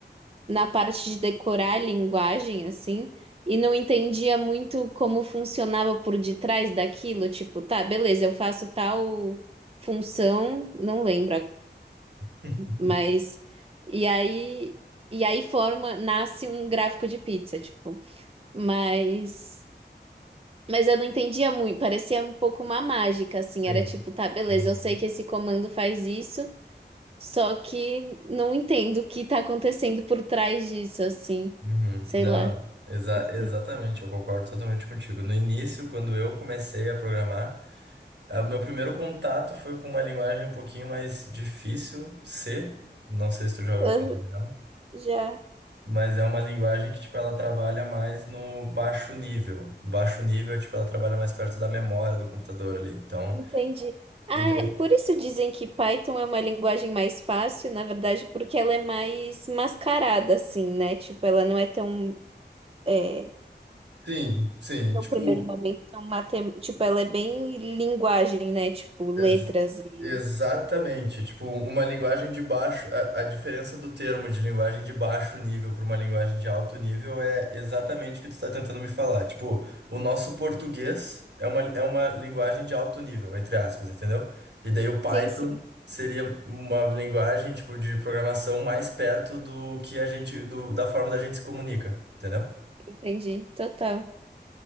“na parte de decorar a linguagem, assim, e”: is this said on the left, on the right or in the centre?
Right